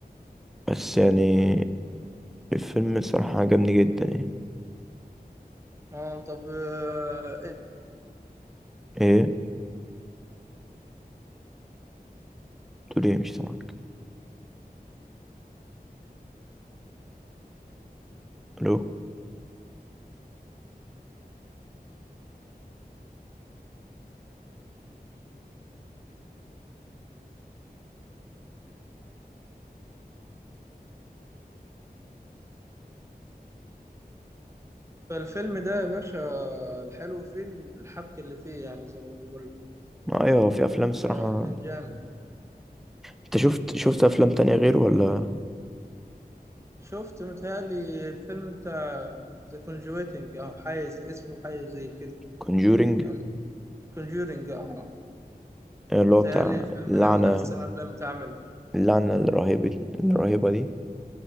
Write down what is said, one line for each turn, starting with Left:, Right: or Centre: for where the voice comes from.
Centre: بس يعني الفيلم الصراحة عجبني جدا يعني
Right: اه طب آه
Centre: ايه تقول ايه مش سامعك الو
Right: الفيلم ده يا باشا الحلو فيه الحبكة اللي فيه يعني زي ما بقول
Centre: ما ايوه في افلام الصراحة
Right: آه كان جامد
Centre: انت شفت شفت افلام تانية غيره ولا
Right: شفت متهيألي الفيلم بتاع ذا كونجويتنج او حايز اسمه حاجة زي كده
Centre: كونجورينج
Right: كان كونجورينج اه
Centre: اللي
Right: متهيألي
Centre: هو بتاع
Right: الفيلم
Centre: اللعنة
Right: ده من احسن افلام اتعمل
Centre: اللعنة الرهيبة الرهيبة دي